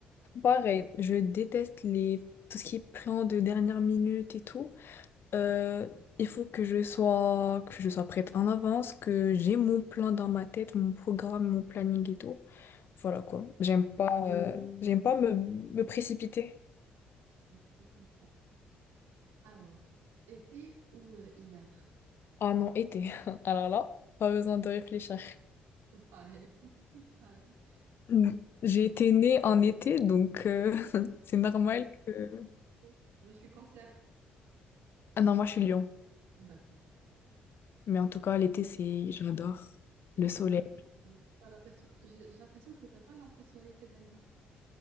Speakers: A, on the left; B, on the right.
A: Pareil, je déteste les... tout ce qui est plan de dernière minute et tout. Euh, il faut que je sois... que je sois prête en avance, que j'ai mon plan dans ma tête, mon programme, mon planning et tout. Voilà quoi. J'aime pas, euh, j'aime pas me, me précipiter.
B: Je je comprends. Alors, été ou euh, hiver?
A: Ah non, été. <laughs> Alors là, pas besoin de réfléchir.
B: <laughs> Pareil, pareil.
A: Mm. J'ai été née en été, donc euh, <laughs> c'est normal que...
B: Ouais. Je suis cancer.
A: Ah non, moi je suis Lyon.
B: D'accord.
A: Mais en tout cas, l'été, c'est... J'adore
B: J'ai
A: le soleil.
B: l'impression que t'as pas la perso- j'ai- j'ai l'impression que t'as pas la personnalité d'un lion.